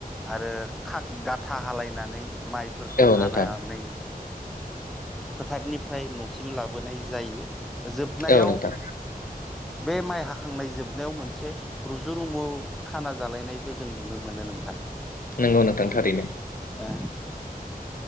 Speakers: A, in the centre; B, on the left.
A: आरो खाथ गाथा हालायनानै। माइफोरखौ
B: औ
A: हानानै।
B: नोंथां
A: फोथारनिफ्राय न'सिम लाबोनाय जायो जोबनायाव
B: औ नोंथां
A: बे माइ हाखांनाय जोबनायाव मोनसे रुजु रुमु खाना जालायनायबो जों नुनो मोनो नोंथां
B: नंगौ नोंथां थारैनो
A: ओ